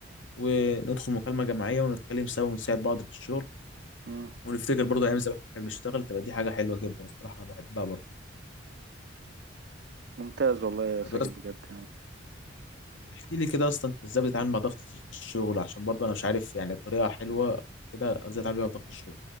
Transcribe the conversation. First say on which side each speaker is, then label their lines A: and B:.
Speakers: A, on the left (about 75°); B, on the right (about 55°).
A: وندخل مكالمه جماعيه ونتكلم سوا ونساعد بعض في الشغل
B: مم.
A: ونفتكر برضه ايام زمان كنا بنشتغل تبقى دي حاجه حلوه جدا الصراحه انا بحبها برضه
B: ممتاز والله يا
A: طب
B: ساجد بجد يعني
A: احكي لي كده اصلا انت ازاي بتتعامل مع ضغط الشغل عشان برضه انا مش عارف يعني طريقه حلوه كده ازاي اتعامل بيها مع ضغط الشغل